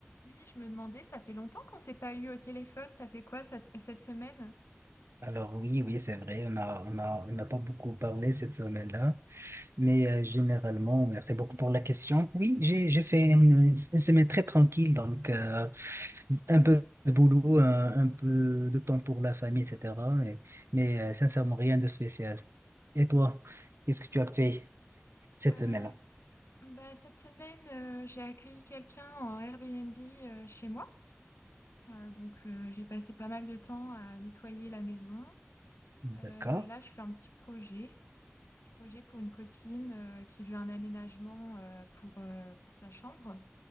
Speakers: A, on the left; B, on the right.
A: Oui, je me demandais, ça fait longtemps qu'on s'est pas eu au téléphone. T'as fait quoi cette, cette semaine?
B: Alors oui, oui, c'est vrai, on a, on a, on n'a pas beaucoup parlé cette semaine-là, mais euh, généralement, merci beaucoup pour la question. Oui, j'ai, j'ai fait une, une semaine très tranquille, donc euh, un peu de boulot, un, un peu de temps pour la famille, etc. Mais, mais euh, sincèrement, rien de spécial. Et toi, qu'est-ce que tu as fait cette
A: Euh,
B: semaine-là?
A: bah, cette semaine, euh, j'ai accueilli quelqu'un en Airbnb euh, chez moi. Euh, donc, euh, j'ai passé pas mal de temps à nettoyer la maison.
B: D'accord.
A: Euh, là, je fais un petit projet, petit projet pour une copine euh, qui veut un aménagement euh, pour, euh, pour sa chambre.